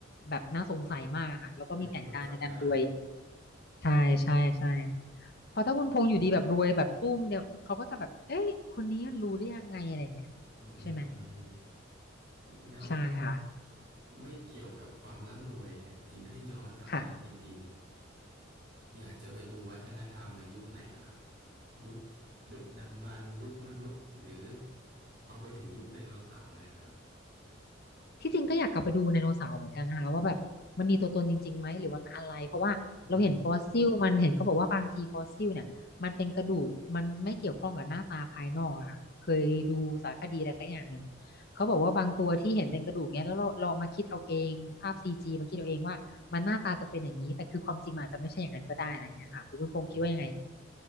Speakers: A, on the left; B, on the right.
A: แบบน่าสงสัยมากอะค่ะเราต้องมีแผนการในการรวย
B: ไม่ให้คนจับได้
A: ใช่ใช่ใช่เพราะถ้าคุณพงษ์อยู่ดีแบบรวยแบบตุ้มเดียวเขาก็จะแบบเอ้ยคนนี้มันรู้ได้ยังไงอะไรอย่างเงี้ย
B: อืม
A: ใช่ไหม
B: แล้วถ้า
A: ใช่ค่ะ
B: ไม่เกี่ยวกับความร่ำรวยเนี่ยจริงถ้าย้อนกลับไปแล้วจริงๆ
A: ค่ะ
B: อยากจะไปดูวัฒนธรรมในยุคไหนเหรอครับยุคดึกดำบรรพ์ยุคมนุษย์หรือเอาไปถึงยุคไดโนเสาร์เลยอะครับ
A: ที่จริงก็อยากกลับไปดูไดโนเสาร์เหมือนกันนะคะว่าแบบมันมีตัวตนจริงๆไหมหรือว่ามันอะไร เพราะว่าเราเห็นฟอสซิลมันเห็นเขาบอกว่าบางทีฟอสซิลเนี่ยมันเป็นกระดูกมันไม่เกี่ยวข้องกับหน้าตาภายนอกอะค่ะเคยดูสารคดีอะไรสักอย่างหนึ่ง
B: อืม
A: เขาบอกว่าบางตัวที่เห็นเป็นกระดูกเนี้ยแล้วเราเราเอามาคิดเอาเองภาพซีจีมาคิดเอาเองว่ามันหน้าตาจะเป็นอย่างนี้แต่คือความจริงมันอาจจะไม่ใช่อย่างนั้นก็ได้อะไรเงี้ยค่ะคุณพงษ์คิดว่ายังไง
B: อืม